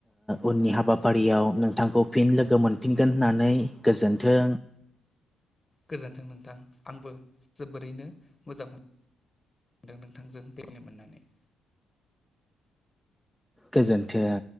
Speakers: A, in the centre; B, on the left.
A: उननि हाबाफारियाव नोंथांखौ फिन लोगो मोनफिन। होननानै गोजोन्थों
B: गोजोन्थों नोंथां आंबो जोबोरैनो मोजां मोन। मोनदों नोंथांजों बेरायनो मोननानै।
A: गोजोन्थों।